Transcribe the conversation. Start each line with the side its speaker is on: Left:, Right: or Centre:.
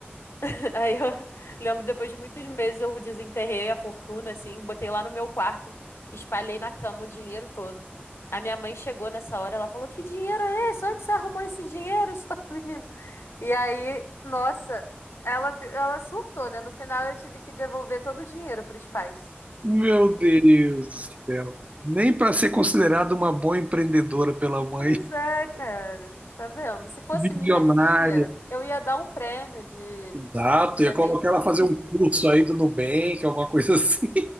Left: <laughs> Aí eu lembro, depois de muitos meses, eu desenterrei a fortuna, assim, botei lá no meu quarto, espalhei na cama o dinheiro todo. A minha mãe chegou nessa hora, ela falou: Que dinheiro é esse? Onde você arrumou esse dinheiro, <laughs> sua menina? E aí, nossa, ela, ela surtou, né? No final eu tive que devolver todo o dinheiro para os pais.
Right: Meu Deus do céu. Nem para ser considerada uma boa empreendedora pela mãe,
Left: Pois é, cara. Tá vendo? Se fosse
Right: <laughs>
Left: minha
Right: bilionária.
Left: filha, eu ia dar um prêmio de.
Right: Exato, ia
Left: É,
Right: colocar
Left: mei-
Right: ela a fazer um curso aí do Nubank, alguma coisa assim.